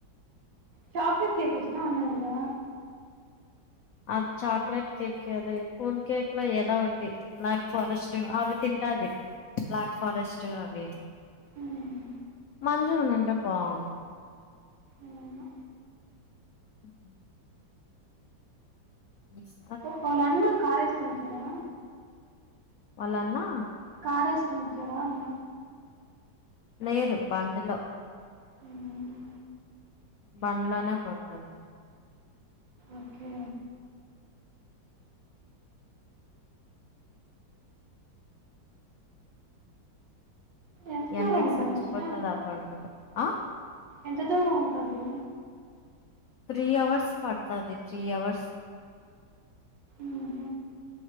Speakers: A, on the right; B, on the left.
A: చాక్లెట్ కేక్ ఇష్టమన్నదిగా
B: అ చాక్లేెట్ కేక్ యాదో కూల్ కేక్లో ఏదో ఒకటి బ్లాక్ ఫారెస్ట్ అవి తి ంటాది. బ్లాక్ ఫారెస్ట్ అవేవి
A: మ్మ్.
B: మంజు ఉన్నింటే బాగుండు
A: అవును
B: మ్. మీస్
A: ఒ వాళ్ళన్న కారేసుకొనేచ్చేదా
B: వాళ్లన్నా
A: కారేసుకొనొచ్చాడా అన్న
B: లేదు బండిలో
A: మ్మ్.
B: బండ్లోనే పోతారు.
A: ఓకే ఎంత
B: ఎండకి
A: దూరం ఉంటుంది
B: సచ్చిపోతదా
A: ఆశ
B: బండులో ఆ
A: ఎంత దూరం ఉంటది.
B: త్రీ అవర్స్ పడుతుది త్రీ అవర్స్
A: మ్మ్హ.